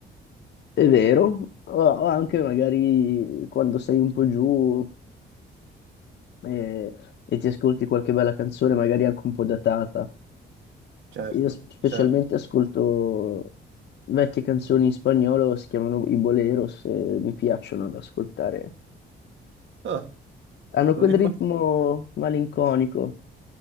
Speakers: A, on the left (about 65°); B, on the right (about 70°).
A: È vero, o o anche magari quando sei un po' giù e, e ti ascolti qualche bella canzone, magari anche un po' datata.
B: Certo,
A: Io s- specialmente
B: certo.
A: ascolto vecchie canzoni in spagnolo, si chiamano i boleros, e mi piacciono da ascoltare.
B: Ah,
A: Hanno
B: non
A: quel
B: li conosco.
A: ritmo malinconico,